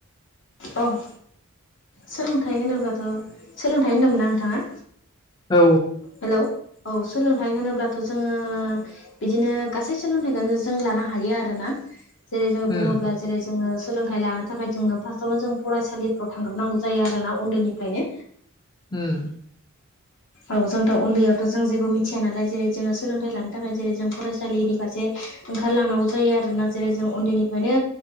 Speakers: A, on the left (about 55°); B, on the left (about 20°).
A: अह सोलोंथाइ होनोब्लाथ' सोलोंथाइ होन्दोंमोन ना नोंथाङा?
B: औ
A: हेलौ औ सोलोंथाइ होनोब्लाथ' जोङो बिदिनो गासै सोलोंथाइखौनो जों लानो हायो आरोना। जेरै जोङो
B: उम
A: बुङोब्ला जेरै जोङो सोंलोंथाइ लानो थाखाय जोङो फा सआवनो जों फरायसालिफ्राव थांग्रोनांगौ जायो आरोना उन्दैनिफ्रायनो।
B: उम।
A: औ जोंथ उन्दैयावथ' जों जेबो मिथिया नालाय जेरै जोङो सोलोंथाइ लानो थाखाय जेरै जों फरायसालिनि फारसे ओंखारलांनांगौ जायो आरोना जेरै जों उन्दैनिफ्रायनो